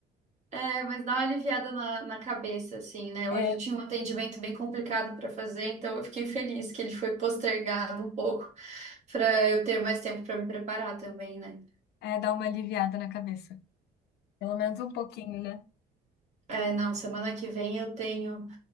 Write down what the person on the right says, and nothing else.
É, mas dá uma aliviada na, na cabeça, assim, né? Hoje
eu tinha um atendimento bem complicado para fazer, então eu fiquei feliz que ele foi postergado um pouco para eu ter mais tempo para me preparar também, né?
É, não, semana que vem eu tenho